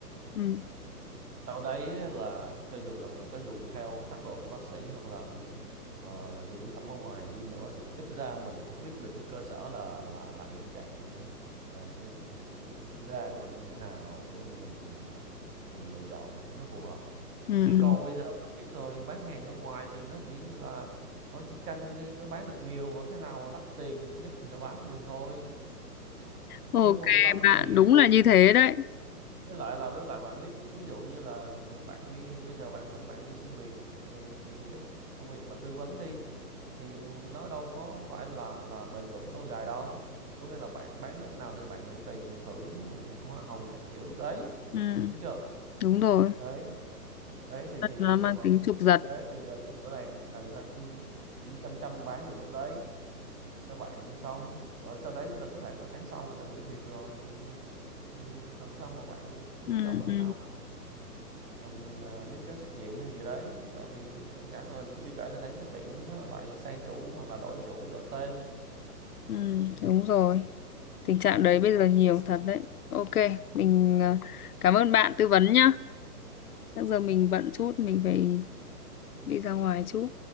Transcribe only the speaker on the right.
sau đấy là cho dù là mình có dùng theo phác đồ của bác sĩ hoặc là mình ờ, dùng mỹ phẩm ở ngoài đi nữa thì ít ra mình cũng biết được cái cơ sở là là là hiện trạng ờ, cái, cái da của mình như thế nào để mà mình mình lựa chọn nó phù hợp
chứ
còn bây giờ bạn biết rồi bán hàng ở ngoài thì nó chỉ là nó chỉ canh cái nó bán được nhiều và cái nào mà đắt tiền nhất thì nó bán cho mình thôi
chứ nó quan tâm
thì
với lại là với lại bạn biết ví dụ như là bạn đi bây giờ bạn thử bạn đi xin việc ừ, những cái công việc mà tư vấn đi thì nó đâu có phải là là bền vững lâu dài đâu có nghĩa là bạn bán lúc nào thì bạn nhận tiền thưởng nhận hoa hồng các kiểu lúc đấy
đúng chưa
đấy đấy thì thì
khi mà
vào
khi
mà như
thế thì là rõ rõ ràng thì là người ta chỉ chỉ chăm chăm bán được lúc đấy cho bạn xong rồi sau đấy là có thể là tháng sau người ta nghỉ việc rồi thì thì làm sao mà bạn cũng
đâu có thể
nào Ừm, à, níu kéo trách nhiệm hay gì đấy tại vì tất cả các- rồi chưa kể là đấy cái tiệm đó nó lại sang chủ hoặc là đổi chủ đổi tên